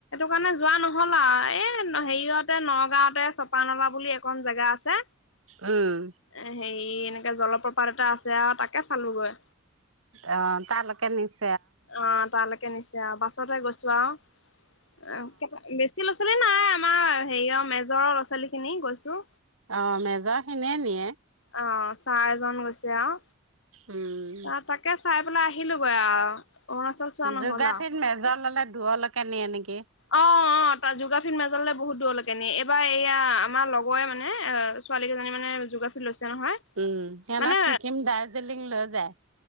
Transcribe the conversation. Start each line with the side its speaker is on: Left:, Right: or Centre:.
Left: কাৰণে যোৱা ন নহলা এই হেৰিয়তে নগাঁওতে চপা নলা বুলি একন জেগা আছে
Right: উম
Left: এ হেৰি এনেকে জলপ্ৰপাত এটা আছে আৰু তাকে চালোগৈ
Right: অ তালৈকে নিশ
Left: অ তালক কে নিছে আৰু বাছতে গৈছোঁ আৰু অ বেছি ল'ৰা ছোৱালী নাই আমাৰ হেৰি আৰু মেজৰৰ'ৰা ছোৱালী খিনি গৈছো
Right: অ মেজৰ খিনিয়ে নিয়ে
Left: অ ছাৰ এজন গৈছে আৰু
Right: উম,
Left: অ তাকে চাই পেল আহিলোোগৈ আৰু অৰুণাচল চোৱা নহ'ল
Right: যোগাঠিত
Left: আৰু।
Right: মেজৰ ললে দুৱলৈকে নিয়ে নেকি
Left: অ অ তাত যোগ্ৰাফিল মাজললে বহুত দূৰলৈকে নি এইবাৰ এয়া আমাৰ লগৰে মানে ছোৱালী কেইজনী মানে যোগাফি লৈছে নহয়
Right: উম সে
Left: মানে
Right: ন ছিকিম দাৰ্জিলিং লৈ যায়